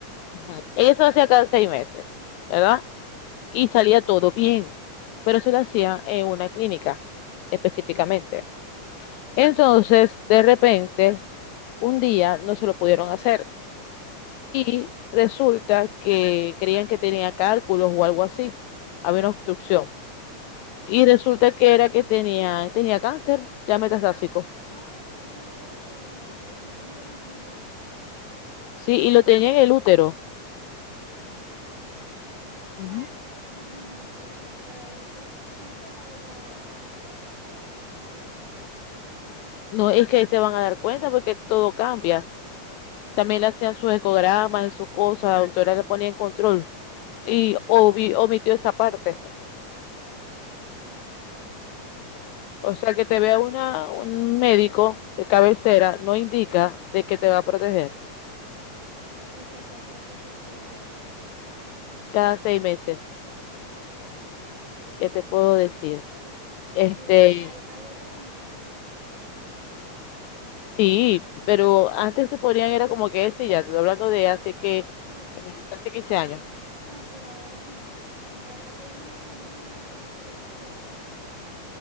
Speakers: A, on the left; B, on the right.
A: Ujú. Ella se lo hacía cada seis meses, ¿verdad? Y salía todo bien, pero se lo hacía en una clínica específicamente. Entonces, de repente... un día no se lo pudieron hacer y resulta que creían que tenía cálculos o algo así, había una obstrucción y resulta que era que tenía, tenía cáncer ya metastásico,
B: Ay, Dios, lo confundieron con otra cosa.
A: sí, y lo tenía en el útero. Ujú.
B: Pa Ay, mi útero, pero eh, creo que con esa era otra, otra prueba que la citología, pues.
A: No es que ahí te van a dar cuenta porque todo cambia. También le hacían sus ecogramas y sus cosas, la doctora le ponía en control y obvi- omitió esa parte.
B: Ah,
A: O sea, que te vea una, un médico de cabecera no indica de que te va a proteger
B: porque se hacía su citología todos los, di- todas las-
A: cada seis meses.
B: mm,
A: ¿Qué te puedo decir? Este,
B: Sí, porque hay, hay otros exámenes también para eso.
A: sí, pero antes se ponían, era como que ese ya, te estoy hablando de hace que,
B: Sí,
A: eh, casi quince años.
B: no, pero ahora no. Ahora por lo menos a mí me mandaron la citología y otro más